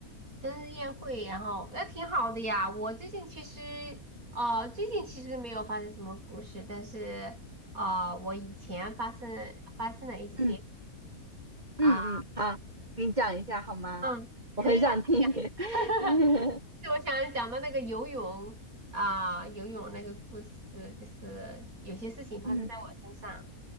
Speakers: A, on the right; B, on the right.
A: 生日宴会，然后那挺好的呀。我最近其实，哦，最近其实没有发生什么故事，但是，呃，我以前发生发生了一些
B: 嗯
A: 啊，
B: 嗯嗯，好，你讲一下好吗？
A: 嗯，
B: 我很想听。
A: 可以啊，可以啊 <laughs>
B: <laughs>
A: 对，我想讲的那个游泳啊、游泳那个故事，就是有些事情发生在我身上
B: 嗯